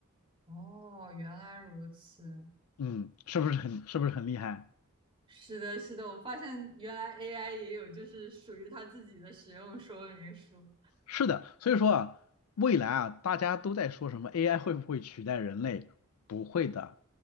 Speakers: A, on the right (about 25°); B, on the left (about 80°).
A: 哦，原来如此。
B: 嗯，是不是很，是不是很厉害？
A: 是的，是的，我发现原来 AI 也有就是属于它自己的使用说明书。
B: 是的，所以说啊，未来啊，大家都在说什么 AI 会不会取代人类？不会的